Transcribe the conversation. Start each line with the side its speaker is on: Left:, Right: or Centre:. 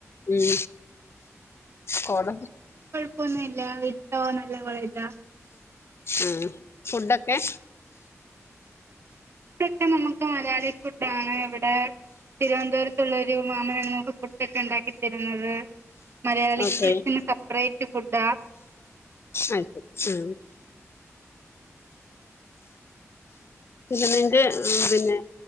Left: ഉം കോള
Right: പ്പൊന്നുംല്ല വിട്ടോ നല്ല കോളേജാ.
Left: ആ ഫുഡൊക്കെ?
Right: ക്കെ നമക്ക് മലയാളി ഫുഡാണ് ഇവിടെ തിരുവനന്തപുര പുരത്തുള്ളൊരു മാമനാണ് നമുക്ക് ഫുഡൊക്കെ ഇണ്ടാക്കി തര്ന്നത് മലയാളിക്ക്
Left: ഓക്കെ
Right: സെപ്പറേ <unintelligible> ഫുഡാ
Left: ആ ആ. പിന്നെ നിന്റെ പിന്നെ